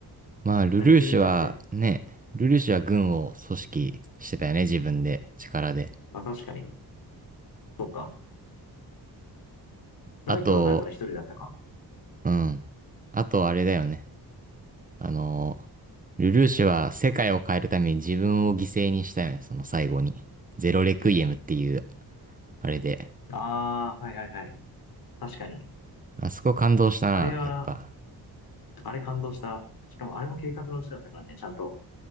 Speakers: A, on the right; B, on the left.
A: まあ、ルルーシュはね、
B: まあ似てるっちゃ似てる。
A: ルルーシュは軍を組織してたよね、自分で、力で。
B: まあ確かに。そっか。ライトは最後ね、
A: あと、
B: 一人だったか。
A: うん。あと、あれだよね。あの、ルルーシュは世界を変えるために自分を犠牲にしたよね、その最後に。ゼロレクイエムっていう、あれで。
B: ああ、はいはいはい。確かに。
A: あそこ感動したな、
B: あれは、
A: やっぱ。
B: あれ感動した。しかもあれも計画のうちだったからね、ちゃんと。